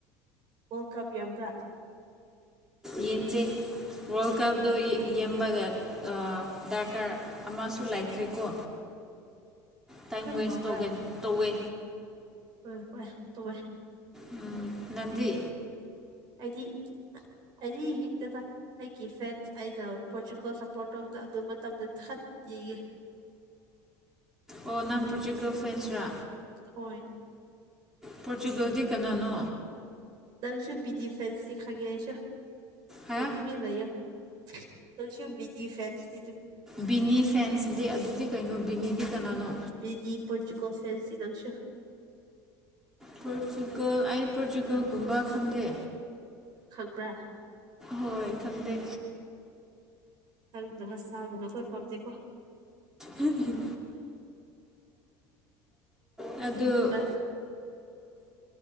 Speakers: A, on the right; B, in the centre.
A: ꯋꯥꯔꯜ ꯀꯞ ꯌꯦꯝꯕ꯭ꯔꯥ
B: ꯌꯦꯟꯗꯦ ꯋꯥꯔꯜ ꯀꯞꯗꯣ ꯌꯦ ꯌꯦꯝꯕꯔꯒ ꯗꯔꯀꯥꯔ ꯑꯃꯁꯨ ꯂꯩꯇ꯭ꯔꯤꯀꯣ ꯇꯥꯏꯝ
A: ꯑꯗꯨꯝ
B: ꯋꯦꯁ
A: ꯇꯧꯕ꯭ꯔꯥ
B: ꯇꯧꯒ ꯇꯧꯋꯦ
A: ꯍꯣꯏ ꯍꯣꯏ ꯇꯧꯋꯦ
B: ꯎꯝ ꯅꯟꯗꯤ
A: ꯑꯗꯤ ꯑꯔꯤ ꯏꯗꯗ ꯑꯩꯒꯤ ꯐꯦꯟ ꯑꯩꯩꯅ ꯄꯣꯔꯇꯨꯀꯜ ꯁꯞꯄꯣꯔꯠ ꯇꯧꯕꯗ ꯑꯗꯨ ꯃꯇꯝꯗ ꯊꯠ ꯌꯦ
B: ꯑꯣ ꯅꯪ ꯄ꯭ꯔꯇꯤꯀꯣ ꯐꯦꯟꯁ꯭ꯔꯥ
A: ꯍꯣꯏ
B: ꯄꯣꯔꯆꯨꯒꯜꯗꯤ ꯀꯅꯥꯅꯣ
A: ꯗꯜꯁꯨ ꯕꯤꯗꯤ ꯐꯦꯁꯤ ꯈꯪꯉꯦ ꯑꯩꯁꯨ
B: ꯍꯥ
A: ꯅꯪ ꯇꯨꯃꯤꯟ ꯂꯩꯌꯣ ꯅꯡꯁꯨ ꯃꯤꯅꯤ ꯐꯦꯟꯆꯇꯤ
B: ꯕꯤꯅꯤ ꯐꯦꯟꯁꯗꯤ ꯑꯗꯨꯗꯤ ꯀꯩꯅꯣ ꯕꯤꯅꯤꯗꯤ ꯀꯅꯥꯅꯣ
A: ꯕꯤꯖꯤ ꯄꯔꯆꯨꯒꯣꯜ ꯐꯦꯟꯁꯤꯗꯪꯁꯨ
B: ꯄꯣꯔꯆꯨꯒꯜ ꯑ ꯄꯣꯔꯇꯨꯒꯜꯒꯨꯝꯕ ꯈꯟꯗꯦ
A: ꯈꯪꯕ꯭ꯔꯥ
B: ꯍꯣꯏ ꯈꯟꯗꯦ
A: ꯆꯝꯗꯕ ꯆꯥꯕꯗꯣ ꯈꯣꯏ ꯄꯥꯝꯖꯩꯀꯣ
B: ꯎꯝ ꯑꯗ
A: ꯈꯪꯕ꯭ꯔꯥ